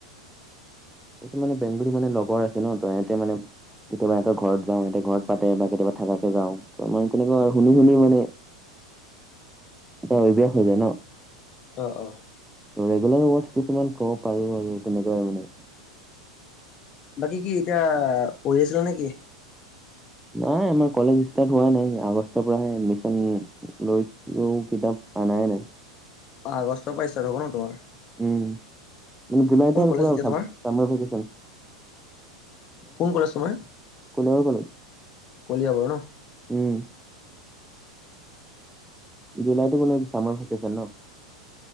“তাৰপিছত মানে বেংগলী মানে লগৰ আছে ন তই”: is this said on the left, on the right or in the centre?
Centre